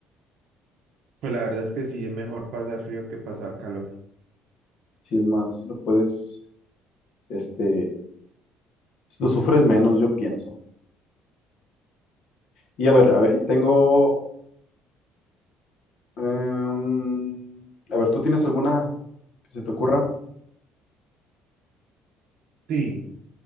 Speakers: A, on the right; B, on the left.
A: Pues la verdad es que sí, es mejor pasar frío que pasar calor.
B: Si es más, lo puedes, este, si lo sufres menos, yo pienso. Y a ver, a ver, tengo... em, a ver, ¿tú tienes alguna que se te ocurra?
A: Sí.